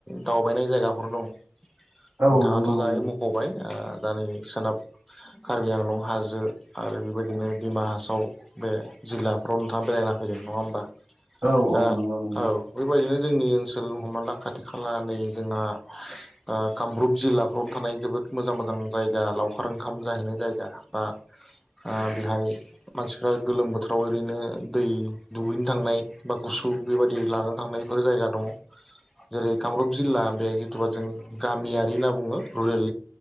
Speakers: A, in the centre; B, on the right (about 40°).
A: दावबायनाय जायगाफोर दं।
B: औ
A: नोंथाङाथ'
B: नंगौ नंगौ
A: जाय मख'बाय ओ दा नै सोनाब कार्बि आंलं हाजो आरो बेबायदिनो डिमा हासाव बे जिल्ला रनथा बेरायना फैदों नङा होमबा
B: औ
A: दा
B: औ नंगौ नंगौ
A: औ बेबायदिनो जोंनि ओनसोल हमना ला खाथि खाला नै जोंहा ओ कामरुप जिल्लाफ्रावनो थानाय जोबोद मोजां मोजां जायगा लावखार ओंखाम जाहैनाय जायगा। बा ओ बेहाय मानसिफ्रा गोलोम बोथोराव ओरैनो दै दुगैनो थांनाय बा गुसु बेबायदि लानो थांनाय बेफोर जायगा दङ।
B: <inaudible>
A: जेरै कामरुप जिल्ला बे जिथुबा जों गामियारि होनना बुङो रुरेल